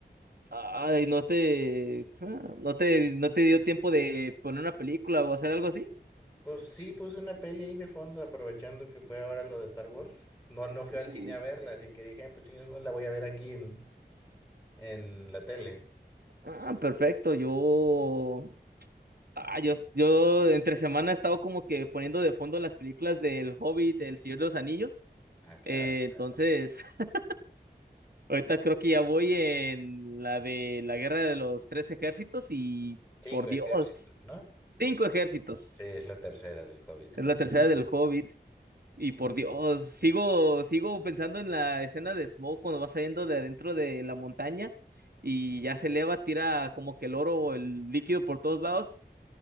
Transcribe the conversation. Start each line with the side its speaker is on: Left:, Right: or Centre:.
Right: Ay, ¿no te, no te, no te dio tiempo de poner una película o hacer algo así?
Left: Pues sí, puse una peli ahí de fondo, aprovechando que fue ahora lo de Star Wars. No, no fui
Right: Uh,
Left: al cine a verla, así que dije, "Ah, pues chingados, no la voy a ver aquí en, en la tele.
Right: Ah, perfecto. Yo, ah, yo, yo entre semana he estado como que poniendo de fondo las películas del Hobbit, El Señor de los Anillos.
Left: Ah, claro.
Right: Eh,
Left: claro.
Right: entonces, <laughs> ahorita creo que ya voy en la de la Guerra de los Tres Ejércitos y
Left: Cinco
Right: por Dios.
Left: ejércitos, ¿no?
Right: Cinco ejércitos.
Left: Sí, es la tercera del Hobbit,
Right: Es
Left: justamente.
Right: la tercera del Hobbit. Y por Dios, sigo, sigo pensando en la escena de Smoke cuando va saliendo de adentro de la montaña y ya se eleva, tira como que el oro o el líquido por todos lados.